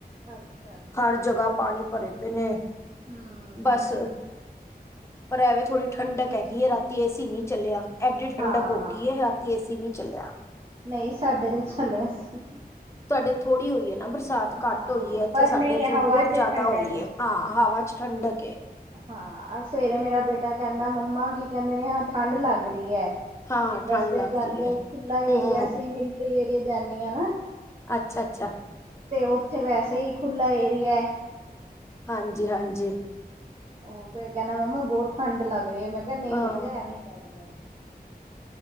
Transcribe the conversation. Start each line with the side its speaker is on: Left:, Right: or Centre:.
Right: ਅੱਛਾ ਜੀ।
Left: ਹਰ ਜਗ੍ਹਾ ਪਾਣੀ ਭਰੇ ਪਏ ਨੇ
Right: ਹੂੰ,
Left: ਬਸ ਪਰ ਐਵੇਂ ਥੋੜ੍ਹੀ ਠੰਡਕ ਹੈਗੀ ਹੈ ਰਾਤੀ ਏਸੀ ਨਹੀਂ ਚੱਲਿਆ ਐਡੀ
Right: ਹਾਂ-ਹਾਂ,
Left: ਠੰਡਕ ਹੋਊ ਰਾਤੀ ਏਸੀ ਨੀ ਚੱਲਿਆ
Right: ਨਹੀਂ ਸਾਡੇ ਤੇ ਚਲਿਆ ਸੀਂ
Left: ਤੁਹਾਡੇ ਥੋੜ੍ਹੀ ਹੋਈ ਹੈ ਨਾ ਬਰਸਾਤ ਘੱਟ
Right: ਹਾਂ,
Left: ਹੋਈ ਹੈ ਇੱਥੇ
Right: ਪਰ
Left: ਸਾਡੇ
Right: ਨਹੀਂ
Left: ਇੱਥੇ
Right: ਹਵਾ
Left: ਬਹੁਤ
Right: ਚ
Left: ਜ਼ਿਆਦਾ
Right: ਠੰਡਕ
Left: ਹੋਈ
Right: ਐ।
Left: ਹੈ। ਹਾਂ ਹਵਾ ਚ ਠੰਡਕ ਹੈ।
Right: ਹਾਂ ਸਵੇਰੇ ਮੇਰਾ ਬੇਟਾ ਕਹਿੰਦਾ ਮੰਮਾ ਕੀ ਕਹਿੰਦੇ ਨੇ ਹਾਂ ਠੰਢ ਲੱਗ ਰਹੀ ਹੈ।
Left: ਹਾਂ ਠੰਢ
Right: ਰਸਤੇ
Left: ਲੱਗ
Right: ਚ ਜਾਂਦੇ
Left: ਰਹੀ
Right: ਹੋ
Left: ਹੈ
Right: ਖੁਲਾ
Left: ਹੂੰ
Right: ਏਰੀਆ ਸੀ ਮਿਲਟਰੀ ਏਰੀਆ ਜਾਂਦੇ ਹ ਨਾ
Left: ਅੱਛਾ ਅੱਛਾ।
Right: ਤੇ ਉੱਥੇ ਵੈਸੇ ਹੀ ਖੁ੍ਲਾ ਏਰੀਆ
Left: ਹਾਂਜੀ
Right: ਤੇ
Left: ਹਾਂਜੀ।
Right: ਉਹ ਫੇਰ ਕਹਿੰਦਾ ਮੰਮਾ ਬਹੁਤ ਠੰਢ ਲੱਗ ਰਹੀ ਹੈ ਮੈਂ ਕਿਹਾ ਨਹੀਂ
Left: ਹਾਂ।
Right: ਬੱਚਾ ਐਵੇਂ ਹੀ ਲੱਗ ਰਿਹਾ।